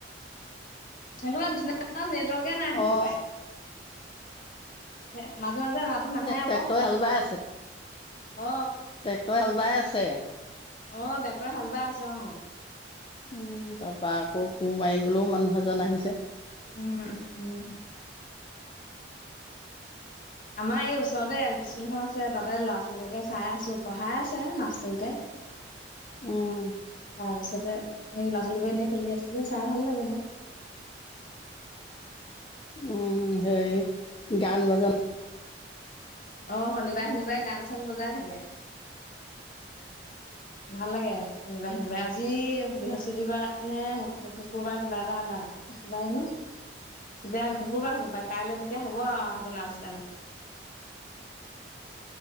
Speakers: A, on the left; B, on the left.
A: হ'ব দে, <unintelligible> নেট ৱৰ্কে নাই হ'ব
B: অ
A: পায় <inaudible> মাতটো নাহে আকৌ
B: ট্ৰেক্টৰে হাল বাই আছে।
A: অ'
B: ট্ৰেক্টৰে হাল বাই আছে। চে।
A: অ', ট্ৰেক্টৰে হাল বাই আছে, অ'
B: উম, তা পা আকৌ কোৰ মাৰিবলৈও মানুহ ভজন আহিছে।
A: উম, উম। আমাৰ এই ওচৰতে এল পি স্কুল এখন আছে তাতে ল'ৰা-ছোৱালীবোৰকে চাই আছোঁ পঢ়াই আছে মাষ্টৰকেইটাই।
B: উম,
A: তাৰপিছতে সেই ল'ৰা-ছোৱালীবোৰ এনেই খেলি আছে যে চাই ভাল লাগে মে।
B: উম, সেই গান বাজন
A: অ', শনিবাৰে, শনিবাৰে গান চান বজাই থাকে। ভাল লাগে, শনিবাৰ, শনিবাৰে আজি বৃহস্পতিবাৰ নে শুকুৰবাৰ কিবা এটা বাৰ কিবা জানো তেতিয়া শুকুৰবাৰ হ'ব পাৰে কাইলৈ তেতিয়া হ'ব আৰু হঁতৰ নাচ গান।